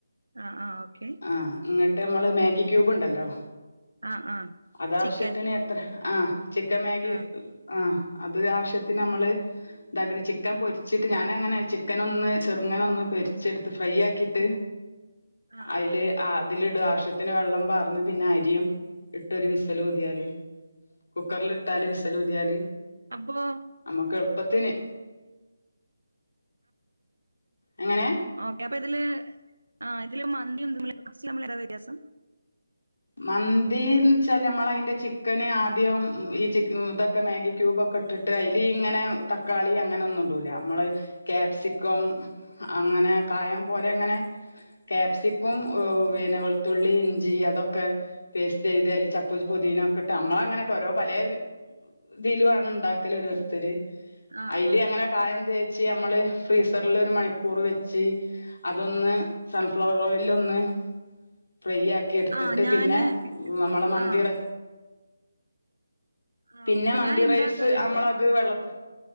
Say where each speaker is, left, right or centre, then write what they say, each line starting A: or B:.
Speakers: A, on the right; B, on the left.
A: ആഹ് ആഹ് ഓക്കെ
B: ആഹ് എന്നങ്ങിട്ട് നമ്മള് മാഗി ക്യൂബ് ഉണ്ടല്ലോ
A: ആഹ് ആഹ്
B: അതാവശ്യത്തിന്
A: ചിക്കൻ
B: ആഹ് ചിക്കൻ മാഗി
A: ആഹ്
B: ആഹ് അത് ആവശ്യത്തിന് നമ്മള് ഇതാക്ക ചിക്കാ പൊരിച്ചിട്ട് ഞാനൻ അങ്ങനെ ചിക്കന ഒന്ന് ചെറുങ്ങനൊ ഒന്ന് പൊരിച്ചെടുത്ത് ഫ്രൈ ആക്കിയിട്ട്
A: ആഹ്
B: അയ്ല്
A: ആഹ്
B: അതില ആവശ്യ ത്തിന് വെള്ളം പാർന്ന് പിന്നെ അരിയും ഇട്ടരു വിസൽ ഊതിയാല് കുക്കറൽ ഇട്ടാല് വിസല് ഊതിയാൽ
A: അപ്പോൊ
B: അമ്മക്ക് എളുപ്പത്തിന് എങ്ങനെ
A: അപ്പ ഇതില് ആ ഇതില് മന്തിമ്മ കുറിച്ച് നമ്മൾ വ്യത്യാസം
B: മന്തിന്ന് വച്ചാൽ നമ്മള അതിന്റെ ചിക്കന് ആദ്യം ച ഇതൊക്കെ മാഗി ക്യൂബ് ഒക്കെ ഇട്ടിട്ട് അയ്ല് ഇങ്ങനെ തക്കാളി അങ്ങനൊ ഒന്നും ഇടൂല നമ്മള് ക്യാപ്സിക്കം അങ്ങനെ കായം പോലെ അങ്ങനെ ക്യാപ്സിക്കും വേനകെളുത്തുള്ളി ഇഞ്ചി അതൊക്കെ ക്കെ പേസ്റ്റെയ്ത് അയില് ചപ്പൂം പൊതീനൊക്കെട്ട് അമ്മളങ്ങനെ ഓരോ പലേ ഇതിലു ആണ് ഇണ്ടാക്കല് ഓരോര്ത്തര്
A: ആഹ്
B: അയില്
A: ആഹ്
B: അങ്ങനെ കായം തേച്ച് അമ്മള് ഫ്രീസറിലൊര് മണിക്കൂറ് വെച്ച് അതൊന്ന് സൺഫ്ലവർ ഓയില്ലൊന്ന് ഫ്രൈയാക്കി എട് ത്തിട്ട്
A: ആഹ് ഞാന്
B: പിന്നെ അമ്മളെ മന്തി
A: ആഹ്
B: റെെ
A: ആഹ്
B: പിന്നെ
A: ഓക്കെ
B: മന്തി
A: ഞാൻ ഉണ്ടാക്കാറുണ്ട്
B: റൈസ് അമ്മളത് വെള്ളത്ത്